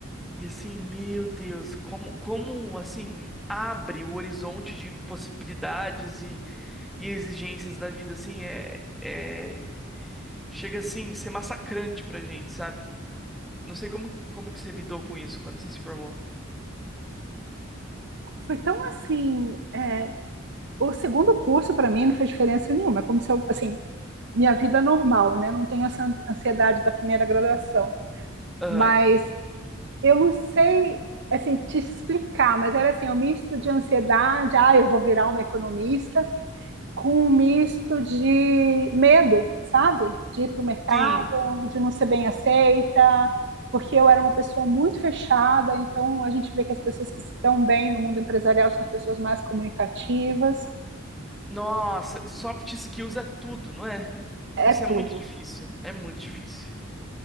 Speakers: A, in the centre; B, on the right.
A: E assim, meu Deus, como, como assim abre o horizonte de possibilidades e, e exigências da vida, assim, é, é- chega assim, a ser massacrante pra gente, sabe? Não sei como, como que você lidou com isso quando você se formou.
B: Foi tão assim. é, o segundo curso para mim não fez diferença nenhuma. É como se eu, assim, minha vida normal, né? Não tenho essa ansiedade da primeira graduação.
A: Aham.
B: Mas eu não sei assim te explicar, mas era assim, um misto de ansiedade, ah, eu vou virar uma economista, com um misto de medo, sabe? De ir para o mercado,
A: Sim,
B: de não ser bem aceita, porque eu era uma pessoa muito fechada, então a gente vê que as pessoas que se dão bem no mundo empresarial são as pessoas mais comunicativas,
A: Nossa, soft skills é tudo, não é?
B: é
A: Isso
B: tudo,
A: é muito difícil, é muito difícil.